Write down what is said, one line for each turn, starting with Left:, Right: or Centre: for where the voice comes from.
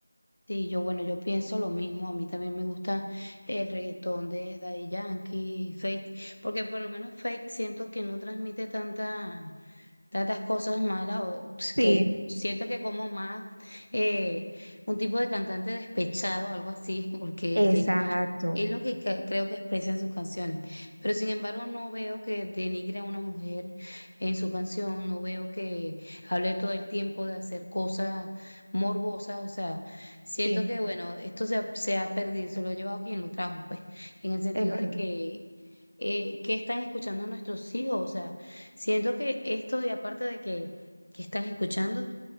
Left: Sí, yo, bueno, yo pienso lo mismo. A mí también me gusta el reggaetón de Daddy Yankee, Feid, porque por lo menos Feid siento que no transmite tanta. tantas cosas malas o pues,
Right: Sí,
Left: que siento que como más eh, un tipo de cantante despechado, algo así, <laughs> porque
Right: exacto.
Left: eh, es lo que cre- creo que expresa en sus canciones. Pero sin embargo, no veo que denigre a una mujer en su canción, no veo que hable todo el tiempo de hacer cosas morbosas. O sea, siento
Right: Sí,
Left: que, bueno, esto se ha, se ha perdido, se lo ha llevado quien lo trajo, pues, en el sentido
Right: es verdad.
Left: de que, eh, ¿qué están escuchando nuestros hijos? O sea, siento que esto, y aparte de que, que están escuchando,